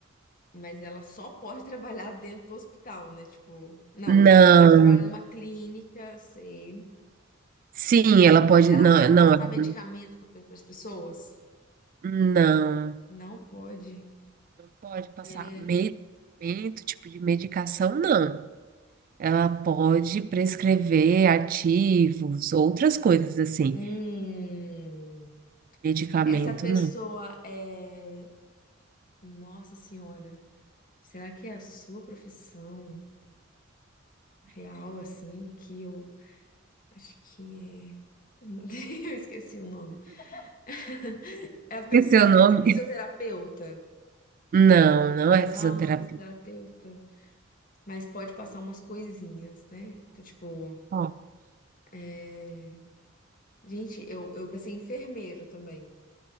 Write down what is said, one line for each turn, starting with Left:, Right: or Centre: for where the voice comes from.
Left: mas ela só pode <laughs> trabalhar dentro do hospital, né, tipo, não,
Right: Não.
Left: ela pode trabalhar numa clínica, sei.
Right: Sim, ela pode,
Left: Ela
Right: não,
Left: pode
Right: não,
Left: passar
Right: ela-
Left: medicamento para as pessoas?
Right: não.
Left: Não pode.
Right: Pode passar
Left: É,
Right: medicamento, tipo de medicação, não. Ela pode prescrever ativos, outras coisas assim.
Left: hum...
Right: Medicamento,
Left: Essa pessoa
Right: não.
Left: é. Nossa Senhora, será que é a sua profissão real, assim? Que eu acho que é. Meu Deus, <laughs> eu esqueci o nome. <laughs> É a pessoa,
Right: Esqueceu o nome?
Left: é fisioterapeuta.
Right: Não, não
Left: Não,
Right: é fisioterapia.
Left: não é fisioterapeuta. Mas pode passar umas coisinhas, né? Então, tipo,
Right: Ó,
Left: é... Gente, eu, eu pensei em enfermeiro também.